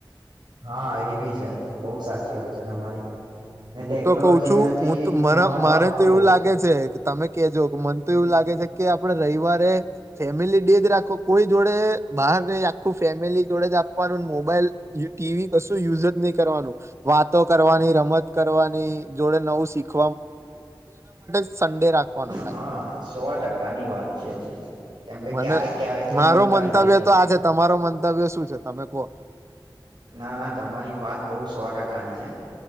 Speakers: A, on the right (about 60°); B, on the right (about 35°).
A: હા એ બી છે બહુ સાચી વાત છે તમારી. ને
B: હું
A: ટેકનોલોજી
B: તો કઉ છું
A: ને બી
B: હુંત મન
A: મહત્વ
B: મને
A: આપવું
B: તેવું
A: જોઈએ.
B: લાગે છે. તમે કેજો. મન તો
A: હમ.
B: એવું લાગે છે કે. આપડે રવિવારે ફેમિલી ડે. રાખો કોઈ જોડે બહાર. આખું ફેમિલી જોડે જ આપવાનું મોબાઈલ. ટીવી કશું યુઝ જ નહી કરવાનું વાતો કરવાની રમત. કરવાની જોડે નવું શીખ. <unintelligible> સંડે રાખવાનો ખાલી,
A: હા સો ટકાની વાત છે કેમ કે
B: મને
A: ક્યારેક ક્યારેક તો
B: મારો
A: મળતા
B: મંતવ્ય
A: હઈએ
B: તો આ છે તમે તમારો મંતવ્ય શું છે તમે કો.
A: ના ના તમારી વાત બહુ સો ટકાની છે,